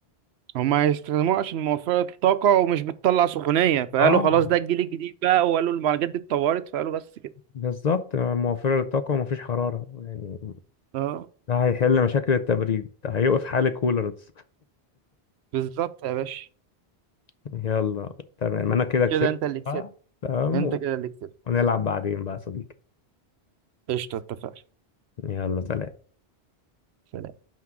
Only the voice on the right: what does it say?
هما يستخدموها عشان موفرة الطاقة ومش بتطلع سخونية فقالوا
خلاص ده الجيل الجديد بقى وقالوا المعالجات دي اتطورت فقالوا بس كده
اه
بالظبط يا باشا
كده انت اللي كسبت
انت كده اللي كسبت
قشطة اتفقنا
سلام.